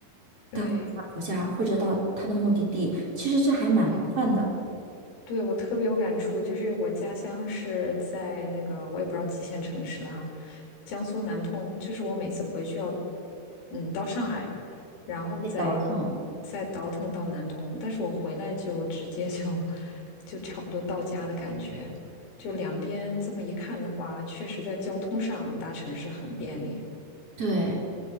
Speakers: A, on the left (about 90°); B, on the right (about 30°).
A: 对
B: 到其他国家或者到他的目的地。其实这还蛮麻烦的，
A: 对。对，我特别有感触，就是我家乡是在那个我也不知道几线城市了哈，江苏南通，就是我每次回去要，嗯，到上海，然后再
B: 得倒腾。
A: 再倒腾到南通，但是我回来就直接就 <laughs> 就差不多到家的感觉，就两边这么一看的话，确实在交通上大城市很便利。
B: 对，